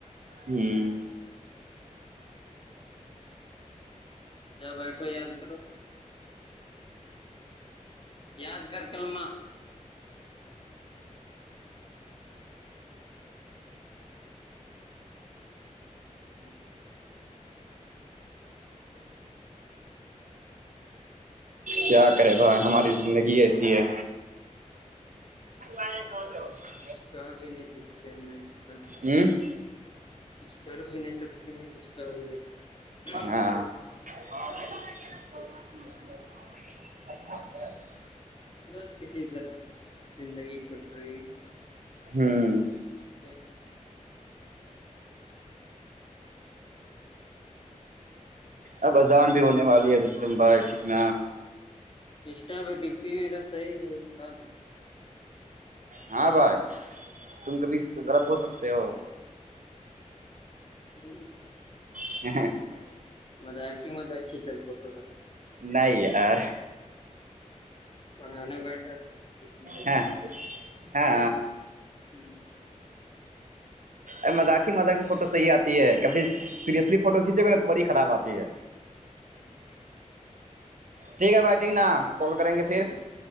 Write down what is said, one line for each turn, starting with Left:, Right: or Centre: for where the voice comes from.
Right: ہوں
Left: ج بیٹھو یاد کرو یاد کر کللم ہی
Right: کیا کرے بھائی ہماری زندگی ایسی ہے ار آ کو ج ک ل
Left: کچھ کہ بھی نہیں سکتے ہیں نا اس طار
Right: ہوں <inaudible>
Left: کچھ کر بھی نہیں سکتے ہیں کچھ کر بھی نہیں سکتے
Right: ہاں <inaudible> <inaudible>
Left: بس کسی ذرا زندگی کٹ رہی
Right: ہوں
Left: ا
Right: اب اذان بھی ہونے والی ہے رستم بھائی ٹھیک ن
Left: اسٹا پہ ڈپی میرا صح ہے ہٹا دو
Right: ہاں بھائی تم کبھی غلط ہو سکتے ہو
Left: ہ
Right: <inaudible>
Left: مطا ا کی مت اچ کھی چل فوٹو کا
Right: نہیں ار
Left: پڑھانے بیٹھا تھا میں
Right: ہاں ہاں
Left: ہ ہ
Right: ا مذاق ہی مذاق میں فوٹو صحیح آتی ہے کبھی سیریسلی فوٹو کھینچے گے نا تو بڑی خراب آتی ہے
Left: ہوں
Right: ٹھیک ہے بھائی ٹھیک نا کال کریں گے پھر
Left: ٹھیک